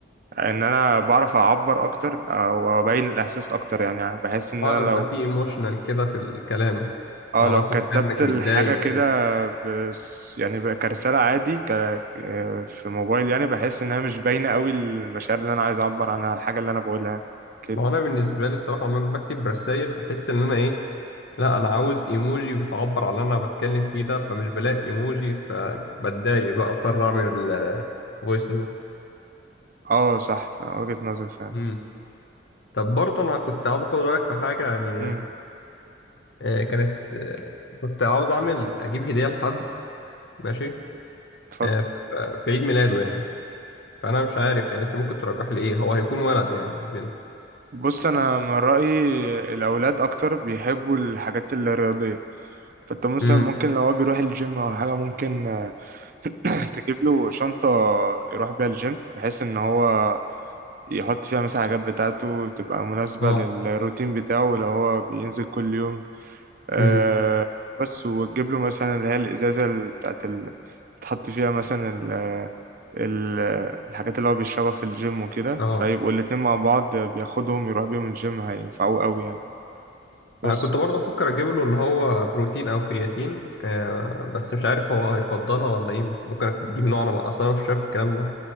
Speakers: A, on the right; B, on the left.
A: ان انا بعرف اعبر اكتر او ابين الاحساس اكتر يعني بحس ان
B: اه
A: انا
B: بيبقى
A: لو
B: في ايموشنال كده في الكلام
A: اه
B: اه
A: لو
B: مثلا
A: كتبت
B: تبقى انك
A: الحاجة
B: متضايق
A: كده بس يعني بقى كرسالة عادي ك... آه، في موبايل يعني بحس انها مش باينة قوي المشاعر اللي انا عايز اعبر عنها الحاجة اللي انا بقولها كده
B: ما هو انا بالنسبه لي الصراحه لما بكتب رسائل بحس ان انا ايه لا انا عاوز ايموجي بتعبر عن اللي انا بتكلم فيه ده فمش بلاقي الايموجي فبتضايق بقى اضطر اعمل فويس نوت
A: اه صح ف- وجهة نظر فعلا
B: امم طب برضه انا كنت عاوز اخد رايك في حاجه يعني
A: امم
B: آه، كانت آه، كنت عاوز اعمل اجيب هديه لحد ماشي
A: اتفضل
B: آه، ف- في عيد ميلاده يعني فانا مش عارف يعني انت ممكن ترجح لي ايه هو هيكون ولد يعني مش بنت
A: بص انا من رأيي الاولاد اكتر بيحبوا الحاجات الرياضية فانت مثلا
B: امم
A: ممكن لو هو بيروح الجيم او حاجة ممكن آه، <coughs> <clears throat> تجيب له شنطة يروح بيها الجيم بحيث ان هو يحط فيها مثلا حاجات بتاعته تبقى مناسبة
B: اه
A: للروتين بتاعه لو هو بينزل كل يوم آه
B: امم
A: بس وتجيب له مثلا اللي هي الإزازة ال- بتاعت ال... تحط فيها مثلا ال... ال... الحاجات اللي هو بيشربها في الجيم وكده
B: اه
A: فيبقوا الاتنين مع بعض بياخدهم يروح بيهم الجيم هينفعوه قوي يعني بس
B: أنا كنت برضه بفكر اجيب له اللي هو بروتين او كرياتين آه بس مش عارف هو هيفضلها ولا ايه ممكن اجيب نوع انا اصلا أنا مش شايف الكلام ده